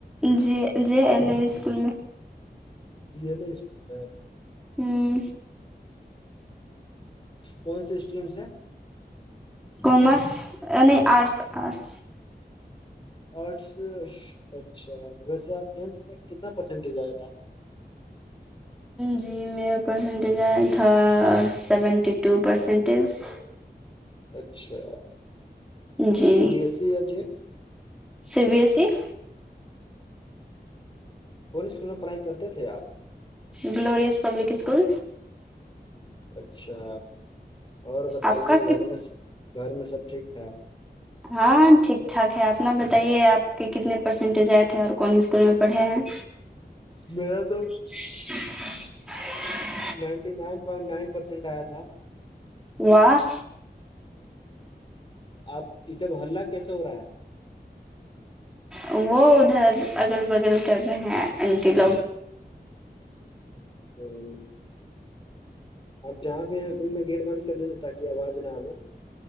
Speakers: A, in the centre; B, on the left.
A: جی جی ایل اے اسکول میں
B: جی یہ نہیں <unintelligible> سکولتے
A: ہوں
B: کون سے اسٹریم سے ہیں
A: کومرس نہیں آرٹس آرٹس
B: آرٹس اچھا ویسے آپ ٹینتھ میں کتنا پرسینٹیج آیا تھا آپ کا
A: جی میرا پرسنٹیج آیا تھا سیونٹی ٹو پرسنٹیج ہے
B: اچھا
A: جی
B: سی بی ایس ای یا جیک
A: سی بی ایس س
B: کون اسکول میں پڑھائی کرتے تھے آپ
A: گلورس پبلک اسکول
B: اچھا اور بتائیے
A: آپ کا
B: گھر
A: کت-
B: میں گھر میں سب ٹھیک ٹھاک
A: ہاں ٹھیک ٹھاک ہے اپنا بتائیے آپ کے کتنے پرسینٹیج آئے تھے اور کون اسکول میں پڑھے ہیں
B: میرا تو
A: <inaudible>
B: ninety nine point nine percent آیا تھا
A: واہ
B: آپ کی جگہ ہلہ کیسے ہو رہا ہے
A: وہ ادھر اگل بگل کر رہے ہیں انٹی لوگ
B: ہوں آپ جہاں بھیہ ان میں گیٹ بند کر لیجیے تاکہ آواز نہ آے